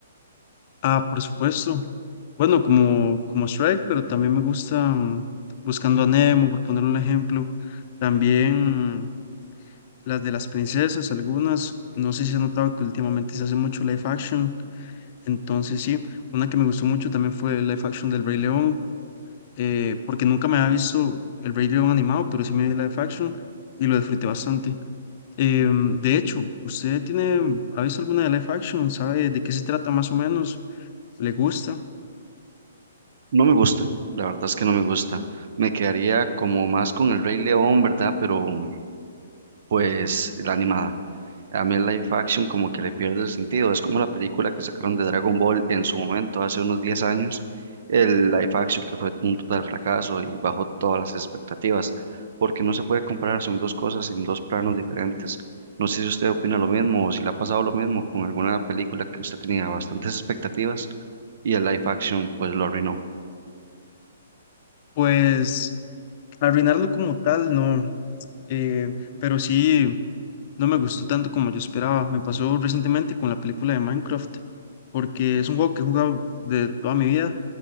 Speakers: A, on the left; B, on the right.
A: Ah, por supuesto. Bueno, como, como Shrek, pero también me gusta mm, Buscando a Nemo, por poner un ejemplo. También mm, las de las princesas, algunas. No sé si ha notado que últimamente se hace mucho live action. Entonces, sí, una que me gustó mucho también fue el live action del Rey León. eh, porque nunca me había visto el Rey León animado, pero sí me vi live action y lo disfruté bastante. Em, de hecho, ¿usted tiene, ha visto alguna de live action? ¿Sabe de qué se trata más o menos? ¿Le gusta?
B: No me gusta, la verdad es que no me gusta. Me quedaría como más con el Rey León, ¿verdad? Pero mm, pues la animada. A mí el live action como que le pierde el sentido. Es como la película que sacaron de Dragon Ball en su momento, hace unos 10 años. El live action que fue un total fracaso y bajó todas las expectativas, porque no se puede comparar, son dos cosas en dos planos diferentes. No sé si usted opina lo mismo o si le ha pasado lo mismo con alguna película que usted tenía bastantes expectativas y el live action pues lo arruinó.
A: Pues arruinarlo como tal, no, eh, pero sí, no me gustó tanto como yo esperaba. Me pasó recientemente con la película de Minecraft, porque es un juego que he jugado de toda mi vida